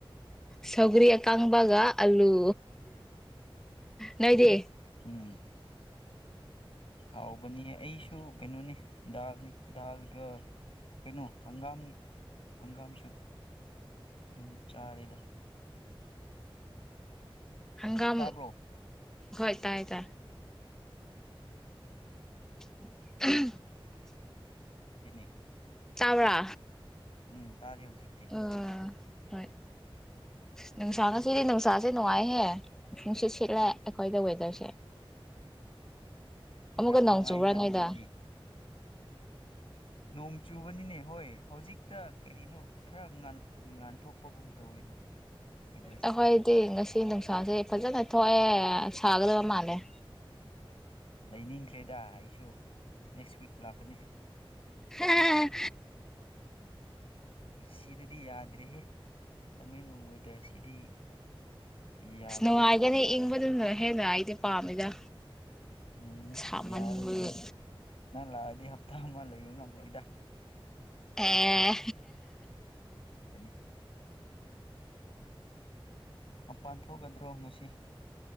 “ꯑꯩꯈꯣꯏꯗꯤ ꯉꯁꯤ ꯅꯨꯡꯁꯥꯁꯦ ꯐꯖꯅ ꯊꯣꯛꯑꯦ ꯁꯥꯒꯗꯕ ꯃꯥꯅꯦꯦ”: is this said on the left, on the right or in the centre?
Centre